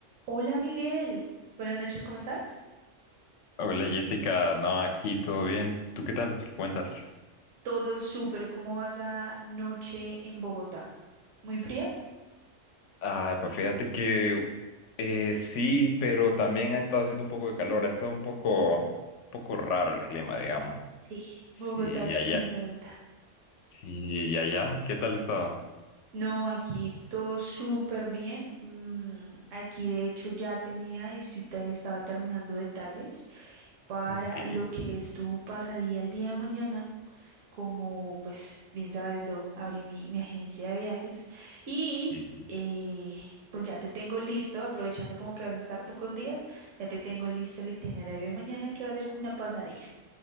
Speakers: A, on the right (about 80°); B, on the left (about 75°).
A: Hola Miguel, buenas noches, ¿cómo estás?
B: Hola Jessica, no, aquí todo bien. ¿Tú qué tal? ¿Qué cuentas?
A: Todo súper, ¿cómo vas a noche en Bogotá? ¿Muy fría?
B: Ah, pues fíjate que eh, sí, pero también ha estado haciendo un poco de calor, ha estado un poco, un poco raro el clima, digamos.
A: Sí,
B: Sí,
A: Bogotá, siendo
B: allá,
A: Bogotá.
B: sí, allá, ¿qué tal ha estado?
A: No, aquí todo súper bien. mm, aquí de hecho ya tenía y estoy te- estaba terminando detalles para
B: Ok,
A: lo
B: sí,
A: que es tu pasadía el día de mañana. como pues bien sabes, lo abrí mi, mi agencia de viajes y
B: sí.
A: eh, pues ya te tengo listo, aprovechando como que vas a estar pocos días, ya te tengo listo el itinerario de mañana que va a ser como una pasadilla.